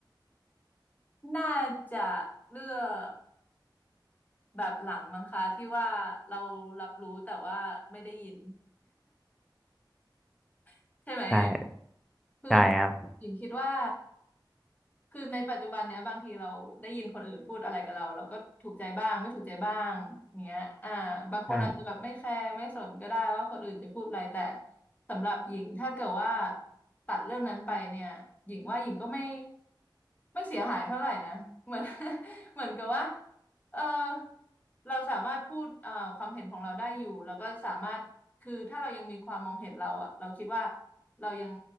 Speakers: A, on the left; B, in the centre.
A: น่าจะเลือกแบบหลังมั้งคะที่ว่าเรารับรู้แต่ว่าไม่ได้ยิน <laughs> ใช่ไหมเอ่ย
B: ใช่
A: คือแบบหญิงคิดว่า
B: ใช่ครับ
A: คือในปัจจุบันเนี้ยบางทีเราได้ยินคนอื่นพูดอะไรกับเราเราก็ถูกใจบ้างไม่ถูกใจบ้างอย่างเงี้ยอ่าบางคนอาจจะแบบไม่แคร์ไม่สนก็ได้ว่าคนอื่นจะพูดอะไรแต่
B: อ่า
A: สำหรับหญิงถ้าเกิดว่าตัดเรื่องนั้นไปเนี่ยหญิงว่าหญิงก็ไม่ไม่เสียหายเท่าไหร่นะเหมือน <laughs> เหมือนกับว่าเออเราสามารถพูดเอ่อความเห็นของเราได้อยู่แล้วก็สามารถคือถ้าเรายังมีความมองเห็นเราอะเราคิดว่า เรายัง